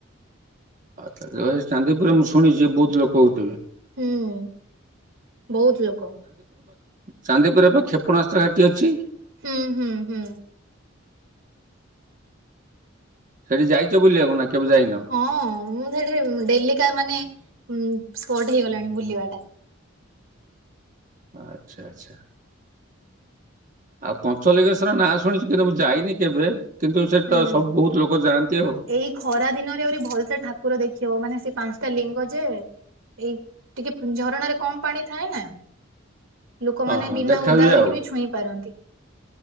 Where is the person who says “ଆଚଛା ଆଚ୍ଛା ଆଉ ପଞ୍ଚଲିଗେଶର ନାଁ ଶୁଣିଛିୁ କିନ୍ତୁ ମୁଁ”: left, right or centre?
Right